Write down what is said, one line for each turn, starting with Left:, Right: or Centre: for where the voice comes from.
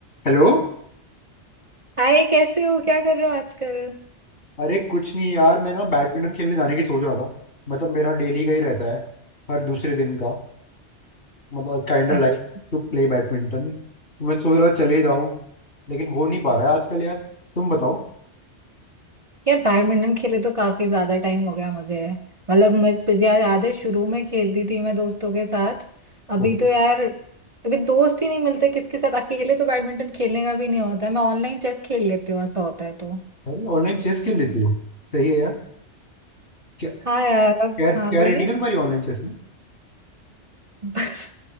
Left: Hello
Right: हाय कैसे हो क्या कर रहे हो आजकल
Left: अरे कुछ नहीं यार मैं ना बैडमिंटन खेलने जाने की सोच रहा था मतलब मेरा डेली का ही रहता है हर दूसरे दिन का मतलब kind of
Right: अच्छा
Left: like to play badminton तो मैं सोच रहा चले जाऊं लेकिन हो नहीं पा रहा है आजकल यार तुम बताओ
Right: यार बैडमिंटन खेले तो काफी ज्यादा टाइम हो गया मुझे मतलब मैं यार याद है शुरू में खेलती थी मैं दोस्तों के साथ अभी
Left: ओके
Right: तो यार अभी दोस्त ही नहीं मिलते किसके साथ अकेले तो बैडमिंटन खेलने का भी नहीं होता है मैं ऑनलाइन चेस खेल लेती हूँ ऐसा होता है तो
Left: अरे ऑनलाइन चेस खेल लेती हो सही है यार क्या
Right: हाँ यार
Left: क्या
Right: अब
Left: क्या
Right: हाँ बोलिए
Left: रेटिंग है तुम्हारी ऑनलाइन चेस में
Right: बस